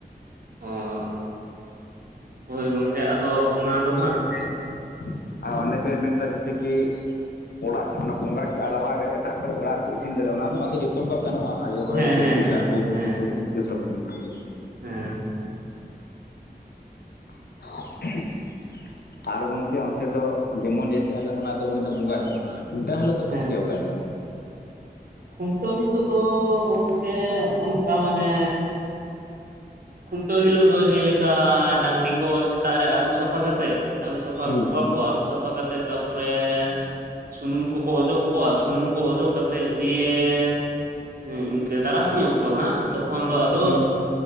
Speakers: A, on the right (about 60°); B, on the left (about 70°).
A: ᱦᱚᱸ ᱦᱳᱭ ᱜᱚᱝᱠᱮ ᱟᱫᱚ ᱚᱱᱟ ᱫᱚ ᱦᱟᱸᱜ
B: ᱥᱮ, ᱟᱨ ᱚᱸᱰᱮ ᱯᱮ ᱢᱮᱱ ᱠᱮᱫᱟ ᱡᱮᱭᱥᱮ ᱠᱤ ᱚᱲᱟᱜ ᱚᱱᱟ ᱵᱚᱸᱜᱟ ᱠᱮᱜ-ᱟ <unintelligible> ᱮᱴᱟᱜ ᱠᱚᱨᱮ ᱚᱲᱟᱜ ᱨᱮᱠᱚ ᱤᱥᱤᱱ ᱠᱮᱫᱟ ᱚᱱᱟ ᱫᱚ ᱟᱫᱚ ᱡᱚᱛᱚ ᱠᱚᱣᱟᱜ ᱜᱟᱱᱚᱜᱼᱟ᱾ ᱟᱭᱳ ᱦᱚᱲ
A: ᱦᱮᱸ ᱦᱮᱸ
B: ᱠᱚ
A: ᱦᱮᱸ
B: <unintelligible>
A: ᱦᱮᱸ
B: <unintelligible> ᱟᱨ ᱜᱚᱝᱠᱮ ᱚᱱᱛᱮ ᱫᱚ ᱡᱮᱢᱚᱱ ᱡᱮᱭᱥᱮ ᱟ ᱚᱱᱟ ᱦᱩᱭᱱᱟ ᱵᱚᱸᱜᱟ ᱦᱤᱞᱳᱜ ᱨᱮᱱᱟᱜ, ᱠᱷᱩᱱᱴᱟᱹ ᱦᱤᱞᱳᱜ? ᱫᱚ
A: ᱦᱮᱸ
B: ᱯᱮ ᱪᱤᱠᱟᱹ ᱵᱟᱲᱟᱭᱫᱟ ᱚᱱᱛᱮ ᱫᱚ?
A: ᱠᱷᱩᱱᱴᱟᱹᱣ ᱦᱤᱞᱳᱜ ᱫᱚ ᱜᱚᱝᱠᱮ ᱚᱱᱠᱟ ᱢᱟᱱᱮ ᱠᱷᱩᱱᱴᱟᱹᱣ ᱦᱤᱞᱳᱜ ᱫᱚ ᱡᱮᱞᱮᱠᱟ ᱰᱟᱸᱜᱽᱨᱤ ᱠᱚ ᱥᱮᱛᱟᱜ ᱨᱮ ᱟᱹᱨᱩᱵ ᱥᱟᱯᱷᱟ ᱠᱟᱛᱮ, ᱟᱹᱨᱩᱵ ᱥᱟᱯᱷᱟ
B: ᱦᱩᱸ
A: ᱟᱹᱜᱩ ᱠᱚᱣᱟ ᱠᱚᱣᱟ, ᱟᱹᱨᱩᱵ ᱥᱟᱯᱷᱟ ᱠᱟᱛᱮᱜ ᱛᱟᱨᱯᱚᱨᱮ ᱥᱩᱱᱩᱢ ᱠᱚᱠᱚ ᱚᱡᱚᱜᱠᱚᱣᱟ, ᱥᱩᱱᱩᱢ ᱠᱚ ᱚᱡᱚᱜ ᱠᱟᱛᱮᱜ ᱫᱤᱭᱮ ᱤᱱᱠᱟᱹ ᱛᱟᱨᱟᱥᱤᱧ ᱚᱠᱛᱚ ᱦᱟᱸᱜ ᱛᱚᱠᱷᱚᱱ ᱫᱚ ᱟᱫᱚ
B: ᱦᱩᱸ